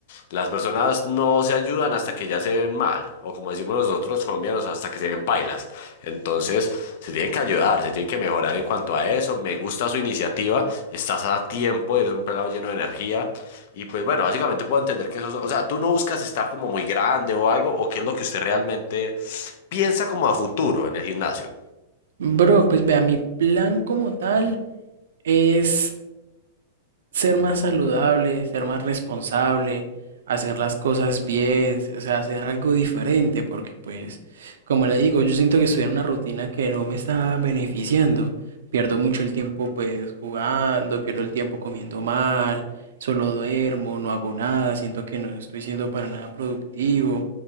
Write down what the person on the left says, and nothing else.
Las personas no se ayudan hasta que ya se ven mal, o como decimos nosotros colombianos, hasta que se ven pailas. Entonces, se tienen que ayudar, se tienen que mejorar en cuanto a eso. Me gusta su iniciativa, estás a tiempo, eres un pelado lleno de energía. Y pues bueno, básicamente puedo entender que eso, es- o sea, tú no buscas estar como muy grande o algo, o qué es lo que usted realmente piensa como a futuro en el gimnasio.